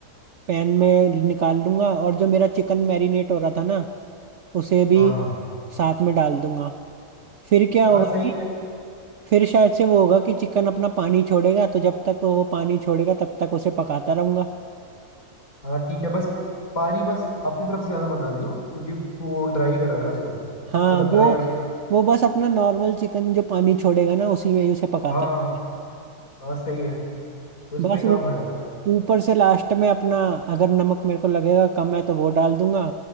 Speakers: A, on the right (about 55°); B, on the left (about 60°).
A: पैन में निकाल लूंगा और जो मेरा चिकन मैरिनेट हो रहा था ना उसे भी
B: हाँ हाँ
A: साथ में डाल दूंगा फिर क्या
B: हाँ
A: होगा
B: सही है
A: फिर शायद से वो होगा कि चिकन अपना पानी छोड़ेगा तो जब तक वो पानी छोड़ेगा तब तक उसे पकाता रहूंगा
B: हाँ ठीक है बस पानी बस अपनी तरफ से ज्यादा मत डालियो क्योंकि तू वो ड्राई कर रहा है ना उसको
A: हाँ
B: मतलब
A: वो
B: ड्राई और
A: वो बस अपना नॉर्मल चिकन जो पानी छोड़ेगा ना उसी में ही उसे पकाता
B: हाँ
A: रहूंगा
B: हाँ सही है उस
A: बस
B: पे ही काम
A: ऊ-
B: हो जाएगा फिर।
A: ऊपर से लास्ट में अपना अगर नमक मेरे को लगेगा कम है तो वो डाल दूंगा